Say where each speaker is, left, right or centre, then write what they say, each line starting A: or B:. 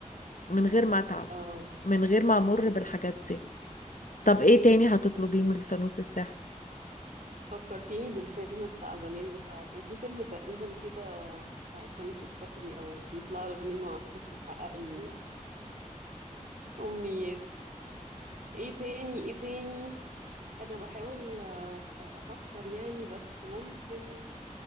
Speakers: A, on the left (about 75°); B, on the right (about 80°).
A: من غير ما اتعب
B: اه
A: من غير ما امر
B: اه
A: بالحاجات دي طب ايه تاني هتطلبيه
B: مم.
A: من الفانوس السحري
B: انت فكرتيني بالفيلم بتاع زمان بتاع كان في فيلم تقريبا كده بتاع الفانوس السحري او بيطلع له منه عفريت يحقق له امنيات ايه تاني ايه تاني انا بحاول افكر يعني بس ممكن